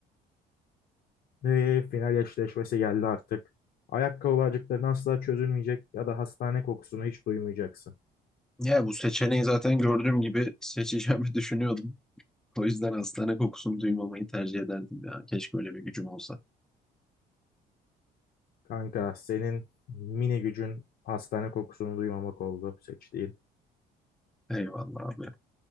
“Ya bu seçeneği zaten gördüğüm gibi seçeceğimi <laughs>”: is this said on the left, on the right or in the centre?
Centre